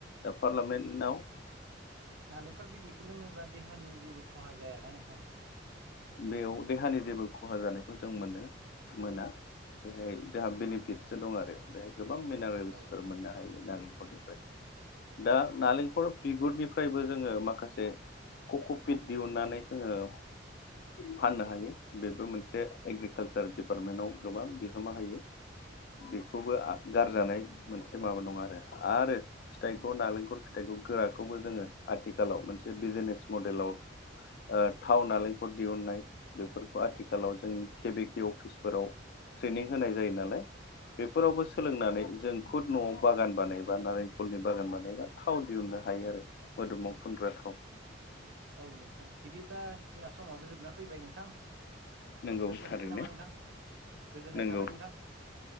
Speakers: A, on the left; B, on the right.
A: दा पारलामेन्टाव।
B: नालेंखल बिदैखौ लोङोब्ला देहानि जेबो खहा जायाना नोंथां?
A: बेव देहानि जेबो खहा जानायखौ जों मोनो मोना। बेहाय जोंहा बेनिफिटसो दं आरो बेहाय गोबां मिनारेल्सफोर
B: औ
A: मोननो हायो नालेंखलनिफ्राय। दा नालेंखर बिगुरनिफ्रायबो जोङो माखासे। ककपिट दिहुननानै जोङो। फाननो हायो बेबो मोनसे एग्रिकालसार दिडिपार्टमेन्टाव गोबां बिहोमा होयो। बेखौबो आ गारजानाय मोनसे माबा नङा आरो आरो फिथाइखौ नालेंखल फिथाइखौ गोराखौबो जोङो आथिखालाव मोनसे बिजनेस मडेलाव ओ थाव नालें दिहुननाय बेफोरखौ आथिखालाव जोंनि केबिके अफिसफोराव ट्रेनिं होनाय जायो नालाय बेफोरावबो सोलोंनानै जों खुद न'आव बागान बानायबा नारेंखलनि बागान बानायबा थाव दिहुननो हायो आरो मोदोमाव फुनग्रा थाव।
B: औ नोंथां बिदिब्ला जोङा समाबो जोबना फैबाय नोंथां
A: नंगौ
B: दोनथ'सै
A: थारैनो
B: नामा नोंथां? दे गोजोननाय
A: नंगौ
B: थाबाय नोंथां